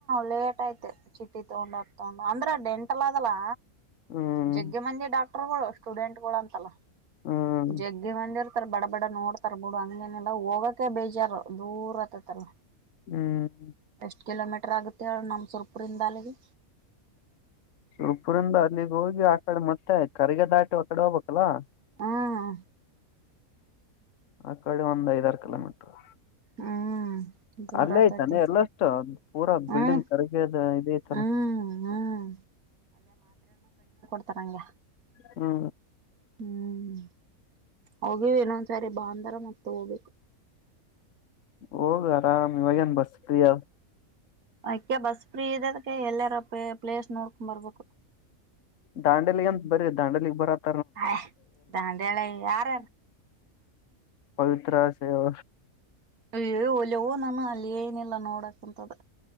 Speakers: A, on the right (about 80°); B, on the left (about 60°).
A: ಲೇಟ್ ಯ್ತೆ ಚಿಟ್ಟಿ ತಗೊಂಡ್ ಹಕ್ ತಗೊಂಡ್ ಅಂದ್ರ ಡೆಂಟಲ್ಲ ಅದಲ್ಲಾ.
B: ಹ್ಮ್
A: ಜಗ್ಗೆ ಮೆ ಡಾಕ್. ಪಗಳು ಸ್ಟೂಡೆಂಟ್ ಗಳು ಅಂತಲ್ಲ
B: ಹ್ಮ್
A: ಜಗ್ಗೆ ಮಂದರ್. ಬಡ ಬಡ ನೋಡ್ತರ್ ಬಿಡು ಹಂಗೇನೆಲ್ಲ ಹೋಗೋಕೆ ಬೇಜಾರು. ದೂರ ಆತತ್ತಹಂಗ.
B: ಹ್ಮ್.
A: ಎಷ್ಟ್ ಕಿಲೋಮೀಟರ್ ಆಗುತ್ತೆ ಅವು ನಮ್ಮ್ಸುರ್ಪುರಿಂದ ಅಲ್ಲಿಗೆ.
B: ತುಪುರಂದ. ಇಲ್ಲಿಗ್ ಹೋಗಿ ಆ ಕಡೆ ಮತ್ತ ಆ್ತು. ಕರಿಗ ದಾಟಿ ಅಕ್ಕಡೆ ಹೋಗಬಬೇಕಕ್ಕಲ್ಲಾ.
A: ಹ್ಮ್.
B: ಆ ಕಡೆ ಒಂದ್ ಐದಾರ ಕಿಲೋಮೀಟರ್.
A: ಹ್ಮ್. ದೂರ
B: ಅಲ್ಲೇ
A: ಆತೈತಿ
B: ಆಯ್ತಾನ ಎಲ್ಲಷ್ಟು. ಪೂರಾ
A: ಹ್ಮ್
B: ಬಿಲ್ಡಿಂಗ್ ಕರಗದ ಇದ ಇತಲ್ಲ.
A: ಹ್ಮ್ ಹ್ಮ್ ಬತರಂಗ.
B: ಹಾ.
A: ಹ್ಮ್ ಹೋಗಿವಿ ಇನ್ನೊಂದ್ಸರಿ ಬಾಂದಾರ ಮತ್ ಹೋಗ್ಬೇಕು.
B: ಹೋಗ ಆರಾಮ್ ಇವಾಗೇಏನ್ ಬಸ್ ಪ್ರಿ ಅದಾವ.
A: ಅಯ್ಕ ಬಸ್ ಫ್ರೀ ಇದೆ ಅದ್ಕ್ಕೆ ಎಲ್ಲಾರ ಪ ಪ್ಲೇಸ್ ನೋಡ್ಕೊಂಡ್ ಬರ್ಬೇಕು.
B: ದಾಂಡಲಿ ಅಂತ ಬರೀ ದಾಂಡಲಿಗ್ ಬರತ್ತ.
A: ಹಯ್ ದಾಂಡೆಲಿ ಯಾರ.
B: ಪವತ್ರ ಸ ಅವ.
A: ಅಯ ಒಲೆವು ನಾನು ಅಲ್ಲಿ ಏನಿಲ್ಲ ನೋಡಕಂತದ.